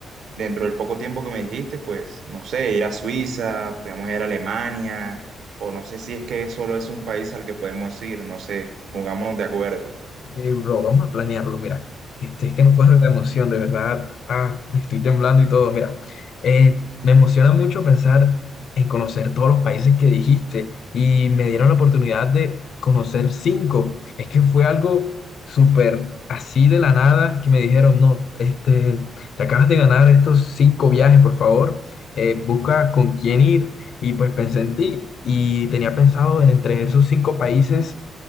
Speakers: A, on the right (about 70°); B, on the left (about 55°).
A: dentro del poco tiempo que me dijiste, pues, no sé, ir a Suiza, podemos ir a Alemania, o no sé si es que solo es un país al que podemos ir, no sé, pongámonos de acuerdo.
B: Ok, bro, vamos a planearlo, mira. Este, es que no puedo de la emoción, de verdad. Ah, estoy temblando y todo, mira. Eh, me emociona mucho pensar en conocer todos los países que dijiste y me dieron la oportunidad de conocer cinco. Es que fue algo súper así de la nada que me dijeron, no, este, te acabas de ganar estos cinco viajes, por favor. Eh, busca con quién ir. Y pues pensé en ti y tenía pensado en entre esos cinco países